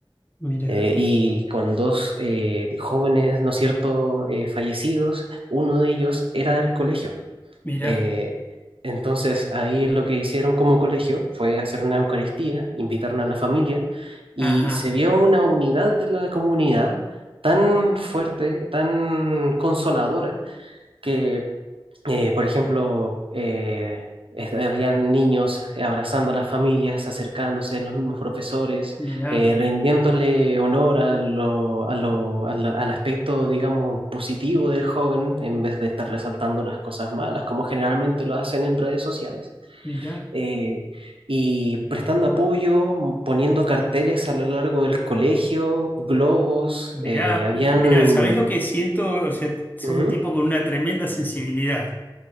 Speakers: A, on the left; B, on the right.
A: Mirá,
B: Eh, y con dos eh, jóvenes, ¿no es cierto?, eh, fallecidos, uno de ellos era del colegio.
A: mirá.
B: Eh, entonces ahí lo que hicieron como colegio fue hacer una Eucaristía, invitaron a la familia y
A: Ajá.
B: se vio una unidad de la comunidad tan fuerte, tan consoladora, que eh, por ejemplo, eh, es- habían niños abrazando a las familias, acercándose a los mismos profesores,
A: Mirá,
B: eh, rindiéndole honor a lo- a lo- a la- al aspecto, digamos, positivo del joven, en vez de estar resaltando las cosas malas, como generalmente lo hacen en redes sociales.
A: mirá.
B: Eh, y prestando apoyo, mm, poniendo carteles a lo largo del colegio, globos,
A: Mirá,
B: eh, habían...
A: mirá, ¿sabés lo que siento? O sea, sos
B: Ujú,
A: un tipo con una tremenda sensibilidad